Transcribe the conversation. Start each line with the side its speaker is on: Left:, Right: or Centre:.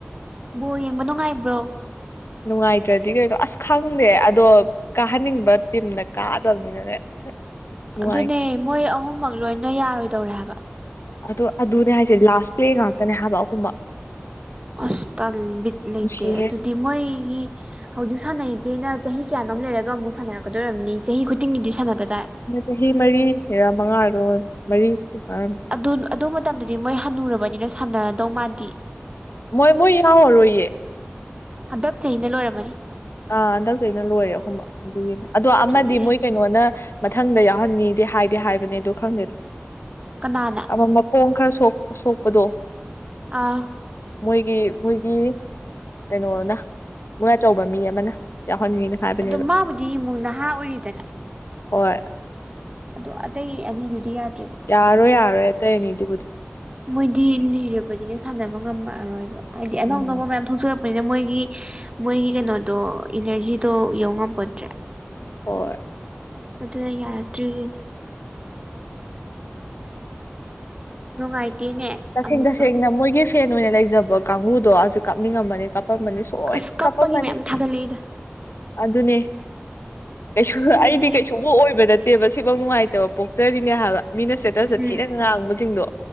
Right: ꯕꯣꯜ ꯌꯦꯡꯕ ꯅꯨꯡꯉꯥꯏꯕ꯭ꯔꯣ
Left: ꯅꯨꯡꯉꯥꯏꯇ꯭ꯔꯗꯤ ꯀꯩꯅꯣ ꯑꯁ ꯈꯪꯗꯦ ꯑꯗꯣ ꯀꯥꯍꯟꯅꯤꯡꯕ ꯇꯤꯝꯅ ꯀꯥꯗꯕꯅꯤꯅꯅꯦ ꯅꯨꯡꯉꯥꯏꯇꯦ
Right: ꯑꯗꯨꯅꯦ ꯃꯣꯏ ꯑꯍꯨꯝꯃꯛ ꯂꯣꯏꯅ ꯌꯥꯔꯣꯏꯗꯧꯔꯦ ꯍꯥꯏꯕ
Left: ꯑꯗꯣ ꯑꯗꯨꯅꯦ ꯍꯥꯏꯁꯦ ꯂꯥꯁ ꯄ꯭ꯂꯦ ꯉꯥꯛꯇꯅꯦ ꯍꯥꯏꯕ ꯑꯍꯨꯝꯃꯛ
Right: ꯑꯁ ꯇꯜ ꯕꯤꯠ ꯂꯩꯇꯦ
Left: ꯅꯨꯡꯁꯤꯍꯦ
Right: ꯑꯗꯨꯗꯤ ꯃꯣꯏꯒꯤ ꯍꯧꯖꯤꯛ ꯁꯥꯟꯅꯩꯖꯤꯅ ꯆꯍꯤ ꯀꯌꯥꯅꯣꯝ ꯂꯩꯔꯒ ꯑꯃꯨꯛ ꯁꯥꯟꯅꯔꯛꯀꯗꯣꯏ ꯑꯣꯏꯔꯝꯅꯤ ꯆꯍꯤ ꯈꯨꯗꯤꯡꯒꯤꯗꯤ ꯁꯥꯟꯅꯗꯗꯥꯏ
Left: ꯆꯍꯤ ꯃꯔꯤꯁꯤꯔꯥ ꯃꯉꯥꯔꯥ ꯀꯩꯅ‌ꯣꯝ ꯑꯣꯏꯕꯅ‌ꯦ ꯃꯔꯤ <unintelligible>
Right: ꯑꯗꯨ ꯑꯗꯨ ꯃꯇꯝꯗꯨꯗꯤ ꯃꯣꯏ ꯍꯟꯅꯨꯔꯕꯅꯤꯅ ꯁꯥꯟꯅꯗꯧ ꯃꯥꯥꯟꯗꯤ
Left: ꯃꯣꯏ ꯃꯣꯏ ꯌꯥꯎꯔꯔꯣꯏꯌꯦ
Right: ꯍꯟꯗꯛ ꯆꯍꯤꯅ ꯂꯣꯏꯔꯝꯃꯅꯤ
Left: ꯑꯥ ꯍꯟꯗꯛ ꯆꯍꯤꯅ ꯂꯣꯏꯔꯦ ꯑꯍꯨꯝꯃꯛ ꯑꯗꯨꯒꯤꯅꯦ ꯑꯗꯣ
Right: ꯑꯗꯨꯅꯦ
Left: ꯑꯃꯗꯤ ꯃꯣꯏ ꯀꯩꯅꯣꯅ ꯃꯊꯪꯗ ꯌꯥꯎꯍꯟꯅꯤꯗꯤ ꯍꯥꯏꯗꯤ ꯍꯥꯏꯕꯅꯦ ꯑꯗ‌ꯣ ꯈꯪꯗꯦꯗ
Right: ꯀꯅꯥꯅ
Left: ꯑꯃ ꯃꯈꯣꯡ ꯈꯔ ꯁ‌ꯣꯛꯄ ꯁꯣꯛꯄꯗꯣ
Right: ꯑꯥ
Left: ꯃꯣꯏꯒꯤ ꯃꯣꯏꯒꯤ ꯀꯩꯅꯣꯅ ꯃ‌ꯣꯏ ꯑꯆꯧꯕ ꯃꯤ ꯑꯃꯅ ꯌꯥꯎꯍꯟꯅꯤꯅ ꯍꯥꯏꯕꯅꯦꯕ
Right: ꯑꯗꯣ ꯃꯥꯕꯨꯗꯤ ꯑꯃꯨꯛ ꯅꯍꯥ ꯑꯣꯏꯔꯤꯗꯅ
Left: ꯍꯣꯏ
Right: ꯑꯗꯣ ꯑꯇꯩ ꯑꯅꯤꯗꯨꯗꯤ ꯌꯥꯗ
Left: ꯌꯥꯔꯔ‌ꯣꯏ ꯌꯥꯔꯔꯣꯏ ꯑꯇꯩ ꯑꯅꯤꯗꯨ
Right: ꯃꯣꯏꯗꯤ ꯂꯤꯔꯕꯅꯤꯅ ꯁꯥꯟꯅꯕ ꯉꯝꯃꯛꯑꯔꯣꯏꯕ ꯍꯥꯏꯗꯤ ꯑꯅꯧ
Left: ꯎꯝ
Right: ꯑꯅꯧꯕ ꯃꯌꯥꯝ ꯊꯣꯛꯆꯜ ꯂꯛꯄꯅꯤꯅ ꯃꯣꯏꯒꯤ ꯃꯣꯏꯒꯤ ꯀꯩꯅꯣꯗꯣ ꯏꯅꯔꯖꯤꯗꯣ ꯌꯧꯉꯝꯄꯣꯠꯇ꯭ꯔꯦ
Left: ꯍꯣꯏ
Right: ꯑꯗꯨꯅ ꯌꯥꯔꯛꯇ꯭ꯔꯤꯁꯤꯅꯤ ꯅꯨꯡꯉꯥꯏꯇꯦꯅꯦ
Left: ꯇꯁꯦꯡ
Right: ꯑꯃꯨꯛꯁꯨ
Left: ꯇꯁꯦꯡꯅ ꯃꯣꯏꯒꯤ ꯐꯦꯟ ꯑꯣꯏꯅ ꯂꯩꯖꯕ ꯀꯥꯡꯕꯨꯨꯗꯣꯁꯨ ꯀꯥꯞꯅꯤꯡꯉꯝꯃꯅꯤ ꯀꯥꯞꯄꯝꯃꯅꯤ ꯂꯣꯢ
Right: ꯑꯁ ꯀꯞꯄꯒꯤ
Left: ꯀꯥꯞꯄꯝꯃꯥꯅꯤ
Right: ꯃꯌꯥꯝ ꯊꯥꯒꯠꯂꯛꯏꯗ
Left: ꯑꯗꯨꯅꯦ ꯀꯩꯁꯨ
Right: ꯑꯩꯈꯣꯏꯗꯤ
Left: ꯑꯩꯗꯤ ꯀꯩꯁꯨꯕꯨ ꯑꯣꯏꯕ ꯅꯠꯇꯦ ꯇꯦꯕ ꯁꯤꯐꯥꯎ ꯅꯨꯡꯉꯥꯏꯇꯕ ꯄꯣꯛꯆꯔꯤꯅꯦ ꯍꯥꯏꯕ ꯃꯤꯅ ꯁꯇꯦꯇꯁꯇ
Right: ꯎꯝ
Left: ꯊꯤꯅ ꯉꯥꯡꯕꯁꯤꯡꯗꯣ